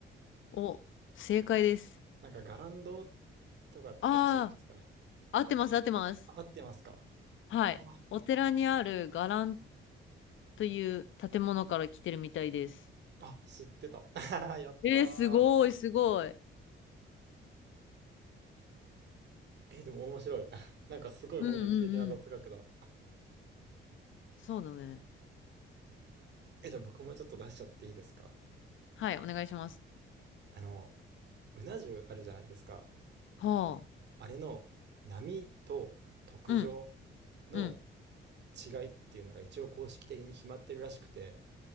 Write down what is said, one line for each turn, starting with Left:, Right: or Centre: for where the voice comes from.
Left: お、正解です。
Right: なんか、伽藍堂とか、
Left: あ
Right: え、違いますかね
Left: あ、合ってます、合ってます。
Right: あ合ってますか
Left: はい。
Right: あ
Left: お寺にある伽藍という建物から来てるみたいです。
Right: あ、知ってた。<laughs> やった
Left: えー、すごい、
Right: ー。
Left: すごい。
Right: え、でも面白い。<laughs> なんかすごい本格的な雑学だ。
Left: うんうんうん。そうだね。
Right: え、じゃあ僕もちょっと出しちゃっていいですか
Left: はい、お願いします。
Right: あの、うな重あるじゃないですか。
Left: はあ。
Right: あれの波と特上
Left: うん、
Right: の
Left: うん。
Right: 違いっていうのが一応公式的に決まってるらしくて、